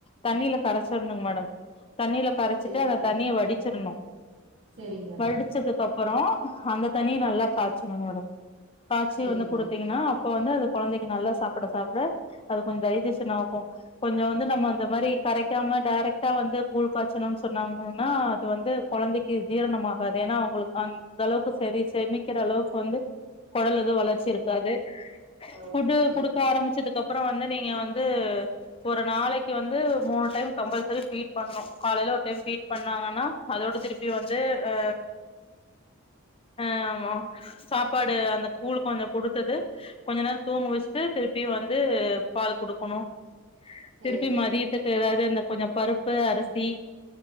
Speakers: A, on the left (about 25°); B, on the right (about 65°).
A: தண்ணில கரச்சுர்னுங் மேடம் தண்ணில கரச்சுட்டு
B: சேரிங்க
A: அந்த தண்ணிய வடி ச்சிர்ணு
B: சேரிங்க மேடம்
A: வடுச்சது ப அப்பறோ அந்த தண்ணிய நல்லா காச்ச்னுங் மேடம் காச்சி
B: சேரிங்க
A: வந்து குடுத்தீங்கனா அ ப்ப வந்து அந்த கொழந்தக்கி நல்லா சாப்புட சாப்ட அது கொஞ்ச டை டிஷன் ஆகு கொஞ்சொ வந்து நம்ம அந்த மாரி கரைக்காம டேரெக்டா வந்து கூழ் காச்சுனம் சொன்னாங்கன்னா அது வந்து கொழந்தக்கி ஜீரணம் ஆகாது ஏனா அவுங்ளுக் அந்தளவுக்கு சொரி செமிக்கிற அளவுக்கு வந்து கொடல் எது வளர்ச்சி இருக்காது
B: ஓ
A: ஃபுட்டு்
B: அப்டிங்களா
A: குடுக்க ஆரமிச்சதுக்க ப்புறொ வந்து நீங்க வந் ந்து ஒரு நாளக்கி வந்து மூணு டைம் கம்பள்சரி ஃபீட் பண்ணு காலைல ஒரு டைம் ஃபீட் பண்ணாங்கனா அதோட திருப்பி வந்து ஆ அ சாப்பாடு அந்த கூழ் கொஞ்சொ குடுத்தது கொஞ்ச நேர தூங்க வச்சுட்டு திருப்பி வந்து பால் குடு க்குணு
B: சேரிங்க
A: திருப்பி மதியத்துக்கு
B: மேடம்
A: எதாது அந்த கொஞ்ச பருப்பு அரிசி